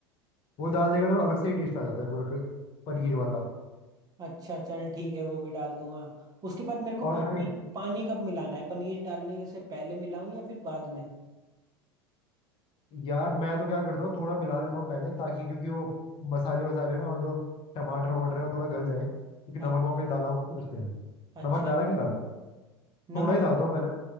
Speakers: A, on the left; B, on the right.
A: वो डाल देगा तो अलग से ही टेस्ट आ जाता है पूरा क- पनीर वाला
B: अच्छा चल ठीक है वो भी डाल दूंगा उसके बाद मेरे को
A: और
B: पानी
A: हर
B: पानी कब मिलाना है पनीर डालने के से पहले मिलाऊं या फिर बाद में
A: यार मैं तो क्या करता हूँ थोड़ा मिला देता हूँ पहले ताकि क्योंकि वो मसाले वसाले ना और जो टमाटर वमाटर है वो थोड़ा गल जाए क्योंकि
B: अच्छा
A: नमक वमक भी डाला होता है ना उसमें
B: अच्छा
A: नमक डाला कि नहीं डाला थोड़ा
B: नमक
A: ही डालता हूँ पहले